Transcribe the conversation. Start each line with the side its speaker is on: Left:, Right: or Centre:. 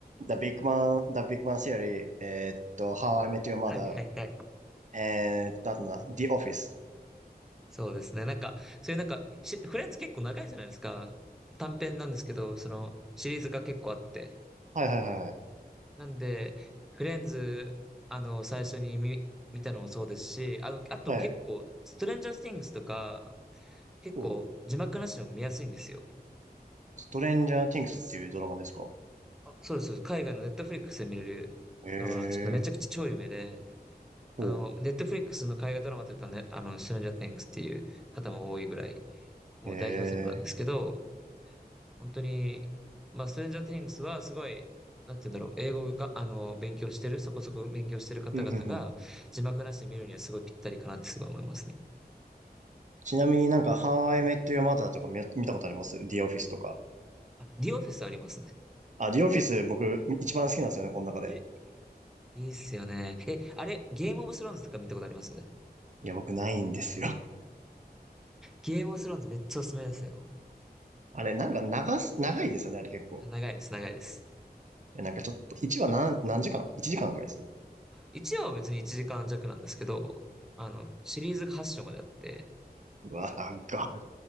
Right: The Big Bang, The Big Bang Theory、えーっと、How I Met Your Mother、
Centre: はいはいはい。
Right: えーっと、あとな、The Office。
Centre: そうですね。なんか、そういうなんか、しフレンズ結構長いじゃないですか。短編なんですけど、その、シリーズが結構あって。
Right: はいはいはいはい。
Centre: なんで、フレンズ、あの、最初に見、見たのもそうですし、あの、あと結構、
Right: はい。
Centre: ストレンジャー・スティングスとか、結構、
Right: おう、
Centre: 字幕なしでも見やすいんですよ。
Right: ストレンジャー・ティングスっていうドラマですか。
Centre: あ、そうです。そうです海外のネットフリックスで見れるドラマなんですけど、
Right: へ
Centre: めちゃくちゃ超有名で、
Right: え。おう。
Centre: あの、ネットフリックスの海外ドラマって言ったらね、あの、ストレンジャー・ティングスっていう方も多いぐらい、もう代表作なんですけど、
Right: へえ。
Centre: 本当に、まあ、ストレンジャー・ティングスはすごい、なんて言うんだろう、英語が、あの、勉強してる、そこそこ勉強してる方々が、
Right: ふんふんふん。
Centre: 字幕なしで見るにはすごいぴったりかなってすごい思いますね。
Right: ちなみになんか、How I Met Your Mother とか見、見たことあります ?The Office
Centre: え、
Right: とか。
Centre: あ、ディオフィスありますね。
Right: あ、The Office 僕一番好きなんですよね、この中で。
Centre: え、いいっすよね。え、あれ、ゲームオブスローンズとか見たことあります
Right: いや、僕ないんですよ。
Centre: ゲームオブスローンズめっちゃおすすめですよ。
Right: <laughs> あれ、なんか長す、長いですよね、あれ結構。
Centre: あ長いです、長いです。
Right: いや、なんかちょっと、1話何、何時間 ?1 時間ぐらいです。
Centre: 1話は別に1時間弱なんですけど、あの、シリーズが8章まであって、
Right: うわ、長っ。